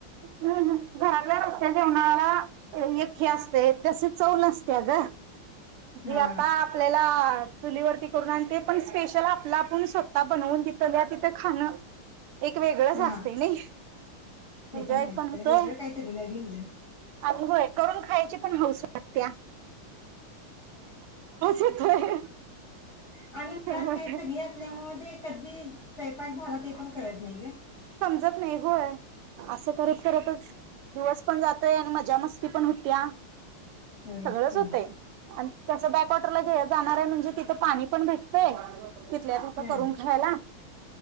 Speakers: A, on the right; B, on the left.
A: हम्म घरातल्या रोजच्या जेवणाला एक हे असते जसे चवल असते ग जी
B: हा
A: आता आपल्याला चुलीवरती करून आणललेय. पन स्पेशल आपल आपन सोता बनवून तिथं दया तिथं खान.. एक वेगळंच
B: हा
A: असतंय नाही.
B: ते
A: एन्जॉय
B: पण खायचं
A: होतोय
B: वेगळं काहीतरी नवीन जग.
A: होय करून खायची पण हौऊस वाटतया. येतोय
B: आणि मुळात
A: मग
B: काय सगळी असल्यामुळे ते कधी? स्वयंपाक झाला ते पन कळत नाहीये?
A: समजत नाही होय असं करत करतच दिवस पण जातोय आणि मजा मस्ती पण होतं त्या.
B: होयच
A: सगळंच
B: की
A: होतय. अन त्याचं बॅकवॉटरला घेतं जाणार हाय म्हंजे? तिथं पानी पन <unintelligible> तो. तिथल्या तिथं
B: हा
A: करून खायाला.